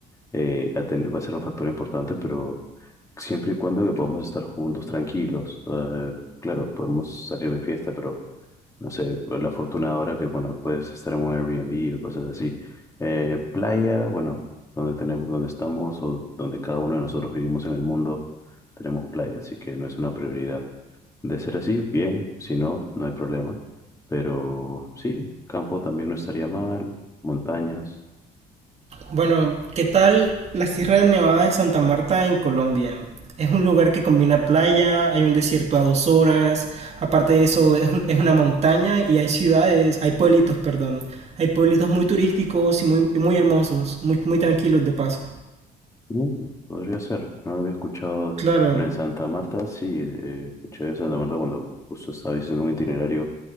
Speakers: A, on the left (about 20°); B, on the right (about 40°).
A: eh, a tener- va a ser un factor importante, pero siempre y cuando que podamos estar juntos, tranquilos. eh, claro, podemos salir de fiesta, pero no sé, pues, la fortuna ahora que, bueno, puedes estar en un Airbnb o cosas así. Eh, playa, bueno, donde tenemos, donde estamos o donde cada uno de nosotros vivimos en el mundo, tenemos playa, así que no es una prioridad. De ser así, bien, si no, no hay problema. Pero sí, campo también no estaría mal, montañas.
B: Bueno, ¿qué tal la Sierra de Nevada de Santa Marta en Colombia? Es un lugar que combina playa, hay un desierto a dos horas, aparte de eso es, un- es una montaña y hay ciudades, hay pueblitos, perdón, hay pueblitos muy turísticos y muy, muy hermosos, muy, muy tranquilos de paso.
A: Mm, podría ser, no lo había escuchado.
B: Claro,
A: Bueno, en Santa Marta, sí, eh, escuché de Santa Marta cuando justo estaba haciendo un itinerario